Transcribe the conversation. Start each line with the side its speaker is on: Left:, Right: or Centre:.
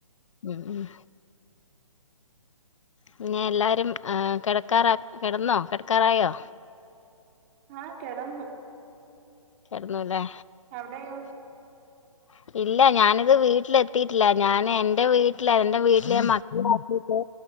Left: മ്മ്ഹ് പിന്നെയെല്ലാരും ആ കെടക്കാറാ കെടന്നോ കെടക്കാറായോ?
Right: ആഹ് കെടന്ന്
Left: കെടന്നൂലെ
Right: അവിടെയോ
Left: <inaudible> ഇല്ല ഞാനിത് വീട്ടിലെത്തിയിട്ടില്ല ഞാനെന്റെ വീട്ടിലാ എന്റെ വീട്ടില് മക്കളാക്കീട്ട്